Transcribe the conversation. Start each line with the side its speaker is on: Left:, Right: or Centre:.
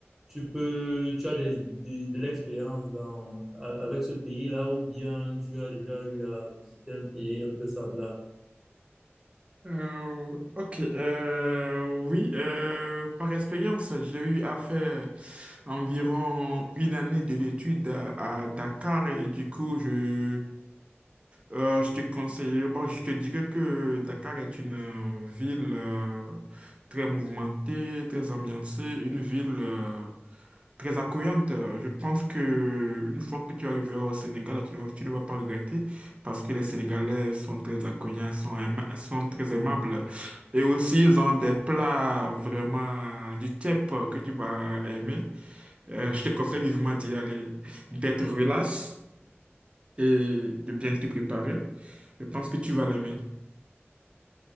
Centre: tu peux, tu as des, des- de l'expérience dans, a- avec ce pays-là ou bien tu as déjà eu à visiter un pays un peu semblable.
Right: Euh, ok, euh, oui, euh, par expérience, j'ai eu à faire environ une année d'études à, à Dakar et du coup, je, euh, je te conseille, bon, je te dirais que Dakar est une euh, ville euh, très mouvementée, très ambiancée, une ville euh, très accueillante. Euh, Je pense que une fois que tu arriveras au Sénégal, tu ne, tu ne vas pas regretter parce que les Sénégalais sont très accueillants, sont, aima- sont très aimables. Et aussi, ils ont des plats vraiment du type que tu vas aimer. Euh, je te conseille vivement d'y aller, d'être relax et de bien te préparer. Je pense que tu vas l'aimer.